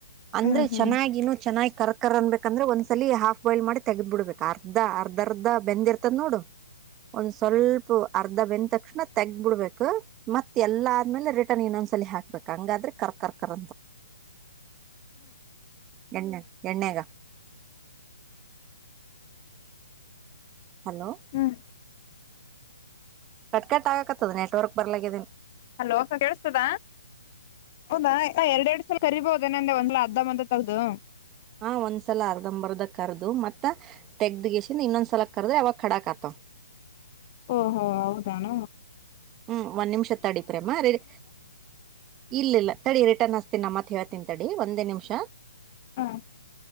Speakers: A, on the right (about 20°); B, on the left (about 35°).
A: ಅಂದ್ರೆ
B: ಹ್ಮ್ ಹ್ಮ್
A: ಚೆನ್ನಾಗಿನ ಚೆನ್ನಾಗಿ ಕರ್ಕರ್ ಅನ್ಬೇಕಂದ್ರೆ ಒಂದ ಲಿ ಹಾಫ್ ಬಾಯ್ಲ್ ಮಾಡಿ ತೆಗದ್ ಬಿಡ್ಬೇಕು ಅರ್ಧ ಅರ್ಧ ಅರ್ಧ ಬೆಂದ್ರ್ತದ ನೋಡು ಒಂದ ಸ್ವಲ್ಪ ಅರ್ಧ ಬೆಂದ ತಕ್ಷಣ ತೆಗಬಿಡ್ಬೇಕು ಮತ್ತ ಎಲ್ಲ ಆದ್ಮೇಲೆ ರಿಟರ್ನ್ ಇನೋನ್ಸಲ್ಲಿ ಹಾಕ್ಬೇಕು ಹಂಗಾದ್ರೆ ಕರ್ ಕರ್ಕದ
B: ಹ <inaudible>
A: <inaudible> ಎಣ್ಣೆ ಎಣ್ಣೆಗ ಹಲೋ
B: ಹ್ಮ್
A: ಕಟ್ ಕಟ್ ಆಗಕತ್ತದ ನೆಟ್ವರ್ಕ್ ಬರ್ಲಾಗಿದ್ದೀಿ
B: ಅಲೋಕ್ಕ ಕೇಳಸ್ತದ ಹೌದಾ ಎರಡ್ ಎರಡ್ ಸಲ ಕರಿಬೋುದದೇಂದ ಒಂದ್ಲ ಅದ್ದ ಅಂದ ತಗ್ದದು
A: ಹಾ ಒಂದ್ಸಲ ಅರ್ದಂಬರ್ದ ಕರ್ದು ಮತ್ತತ್ ತೆಗ್ದ ಗಸಿಂದ ಇನ್ನೊಂದ್ಸಲ ಕರ್ದ್ರ ಯಾವಾಗ ಕಡಾಕ್ ಆತವ
B: <inaudible> ಓಹೋ ಹೌದಾನ
A: ಹ್ಮ್ ಒಂದ್ ನಿಮಿಷ ತಡಿಪ್ರೇಮ್ಮ ರಡಿ ಇಲ್ಲಿಲ್ಲ ತಡಿ ರಿಟರ್ನ್ ಹಸ್ತೀನ ನಮ್ಮತ್ತೆ ಹೇಳ್ತೀನಂತಡಿ ಒಂದೇ ನಿಮಿಷ
B: ಹಾ ಸರಿ